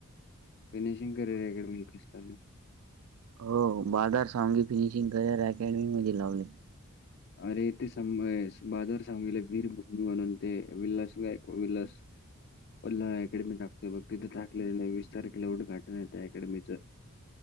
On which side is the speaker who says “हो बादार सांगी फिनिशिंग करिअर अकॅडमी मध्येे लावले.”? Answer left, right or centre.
Right